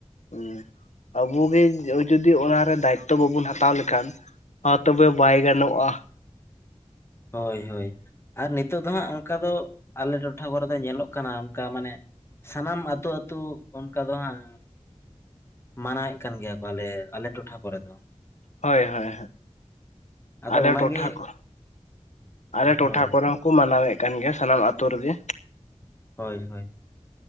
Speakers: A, on the left (about 85°); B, on the left (about 20°).
A: ᱦᱮᱸ ᱟᱵᱚᱜᱮ ᱡᱩᱫᱤ ᱚᱱᱟᱨᱮ ᱫᱟᱭᱤᱛᱛᱚ ᱵᱟᱵᱚᱱ ᱦᱟᱛᱟᱣ ᱞᱮᱠᱷᱟᱱ ᱦᱚᱸ ᱛᱚᱵᱮ ᱵᱟᱭ ᱜᱟᱱᱚᱜ-ᱟ᱾
B: ᱦᱳᱭ ᱦᱳᱭ ᱟᱨ ᱱᱤᱛᱚᱜ ᱫᱚ ᱦᱟᱸᱜ ᱚᱱᱠᱟ ᱫᱚ ᱟᱞᱮ ᱴᱚᱴᱷᱟ ᱠᱚᱨᱮ ᱫᱚ ᱧᱮᱞᱚᱜ ᱠᱟᱱᱟ ᱚᱱᱠᱟ ᱢᱟᱱᱮ ᱥᱟᱱᱟᱢ ᱟᱛᱳ ᱟᱹᱛᱩ ᱚᱱᱠᱟ ᱫᱚ ᱦᱟᱸᱜ ᱢᱟᱱᱟᱣᱮᱫ ᱠᱟᱱ ᱜᱮᱭᱟ ᱠᱚ ᱟᱞᱮ ᱟᱞᱮ ᱴᱚᱴᱷᱟ ᱠᱚᱨᱮ ᱫᱚ᱾
A: ᱦᱳᱭ ᱦᱳᱭ
B: ᱟᱫᱚ
A: ᱟᱞᱮ
B: ᱚᱱᱟᱜᱮ
A: ᱴᱚᱴᱷᱟ ᱠᱚ ᱟᱞᱮ ᱴᱚᱴᱷᱟ
B: ᱦᱳᱭ
A: ᱠᱚᱨᱮ ᱦᱚᱸ ᱠᱚ ᱢᱟᱱᱟᱣᱮᱫ ᱠᱟᱱ ᱜᱮᱭᱟ ᱥᱟᱱᱟᱢ ᱟᱛᱳ ᱨᱮᱜᱮ᱾
B: ᱦᱳᱭ ᱦᱳᱭ